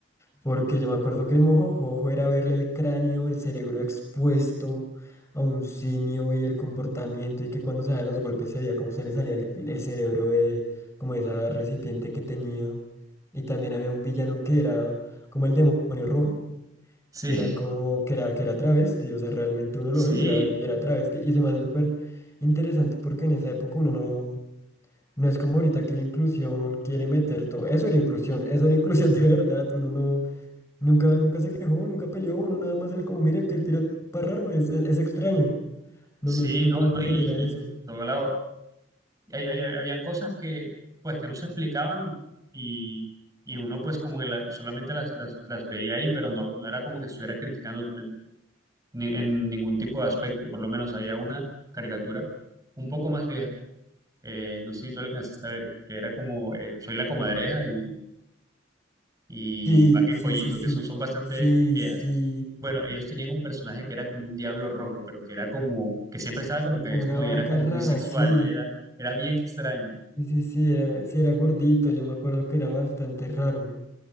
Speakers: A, on the left; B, on the right.
A: porque yo me acuerdo que Mojojojo era verle el cráneo, el cerebro expuesto a un simio y el comportamiento y que cuando se daban los golpes se veía cómo se le salía el, el cerebro de como de esa recipiente que tenía. Y también había un villano que era como el demonio rojo
B: Sí,
A: que era como, que era, que era travesti, o sea, realmente uno
B: sí,
A: lo ve y era, y era travesti. Y se me hace súper interesante porque en esa época uno no, no es como ahorita que la inclusión quiere meter todo. Eso era inclusión, <laughs> eso era inclusión <laughs> de verdad. Uno no, nunca, nunca se quejó, nunca peleó, uno nada más era como, mira, qué piro tan raro, es, es, es extraño. No,
B: sí,
A: no siento
B: no,
A: como
B: no,
A: que
B: y,
A: se
B: y
A: diera eso.
B: por todo lado. Y hay- hay- habían cosas que, pues, que no se explicaban y, y uno, pues, como que la- solamente las, las, las veía ahí, pero no, no era como que estuviera criticando en, ni- en ningún tipo de aspecto. Por lo menos había una caricatura un poco más vieja, eh, no sé si tú alcanzaste a ver, que era como eh, Soy la Comadreja y, y
A: Sí,
B: Vaca
A: sí,
B: y Pollito,
A: sí, sí,
B: que son, son bastante
A: sí,
B: viejas.
A: sí,
B: Bueno, ellos tenían un personaje que era como un diablo rojo, pero que era como, que siempre estaba como que
A: como
B: desnudo
A: una vaca
B: y era como
A: rara,
B: muy sexual,
A: sí.
B: era, era bien extraño.
A: Sí, sí, sí, era, sí, era gordito, yo me acuerdo que era bastante raro.